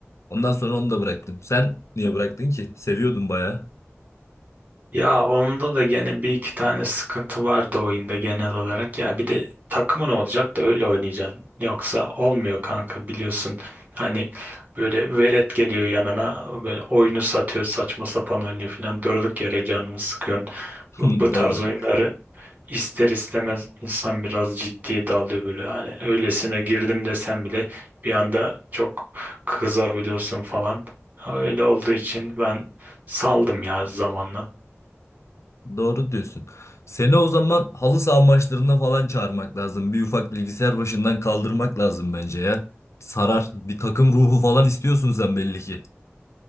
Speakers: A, on the left; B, on the right.
A: Ondan sonra onu da bıraktım. Sen niye bıraktın ki? Seviyordun bayağı.
B: Ya onda da gene bir iki tane sıkıntı vardı oyunda genel olarak. Ya bir de takımın olacak da öyle oynayacaksın. Yoksa olmuyor kanka biliyorsun. Hani böyle velet geliyor yanına böyle oyunu satıyor saçma sapan oynuyor falan. Durduk yere canını sıkıyorsun.
A: <laughs>
B: Bu, bu tarz
A: Doğru.
B: oyunları ister istemez insan biraz ciddiye dalıyor böyle. yani öylesine girdim desem bile bir anda çok kızabiliyorsun falan. Öyle olduğu için ben saldım ya zamanla.
A: Doğru diyorsun. Seni o zaman halı saha maçlarına falan çağırmak lazım. Bir ufak bilgisayar başından kaldırmak lazım bence ya. Sarar. Bir takım ruhu falan istiyorsun sen belli ki.